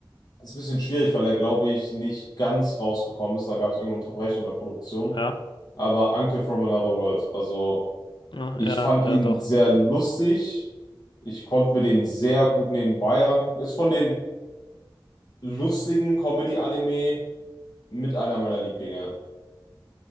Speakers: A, on the left (about 50°); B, on the left (about 70°).
A: ist ein bisschen schwierig, weil er, glaube ich, nicht ganz rausgekommen ist. Da gab es irgendeine Unterbrechung der Produktion.
B: ja,
A: Aber Uncle from Another World, also
B: ja,
A: ich
B: ja,
A: fand ihn
B: ja, doch.
A: sehr lustig. Ich konnte mir den sehr gut nebenbei rangucken. Ist von den lustigen Comedy-Anime mit einer meiner Lieblinge.